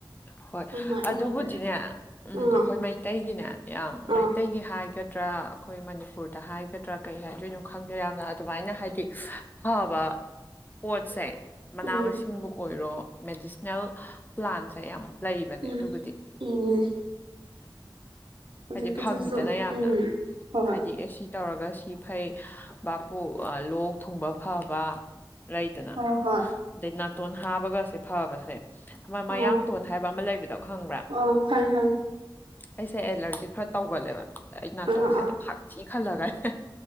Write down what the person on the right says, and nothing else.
ꯑꯗꯨꯃꯥꯏꯅ ꯑꯣꯏꯕꯅꯦ
ꯑꯥ
ꯑꯥ
ꯎꯝ
ꯎꯝ
ꯎꯝ ꯍꯧꯖꯤꯛꯀꯤꯗꯨꯁꯨ
ꯎꯝ ꯍꯣꯏ
ꯍꯣꯏ ꯍꯣꯏ
ꯑꯥ
ꯑꯥ ꯈꯪꯉꯦ
ꯈꯪꯉꯦ ꯑꯥ ꯑꯥ